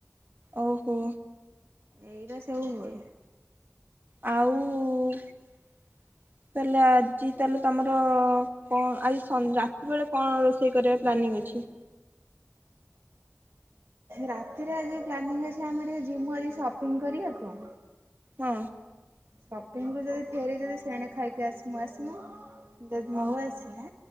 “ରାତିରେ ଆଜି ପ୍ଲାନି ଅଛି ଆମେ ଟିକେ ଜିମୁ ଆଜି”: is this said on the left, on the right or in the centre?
Right